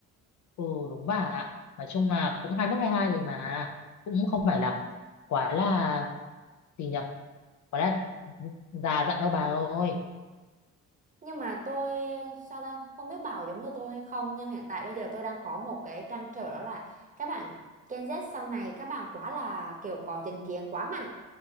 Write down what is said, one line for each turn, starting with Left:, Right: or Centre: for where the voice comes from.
Left: Ừ đúng bà ạ. Nói chung là cũng hai mốt hai hai rồi mà cũng không phải là quá là gì nhỉ? Quá là già dặn đâu bà ơi.
Right: Nhưng mà tôi ờ, sao ta không biết bảo giống như tôi hay không nhưng hiện tại bây giờ tôi đang có một cái trăn trở đó là các bạn Gen Z sau này các bạn quá là kiểu có chính kiến quá mạnh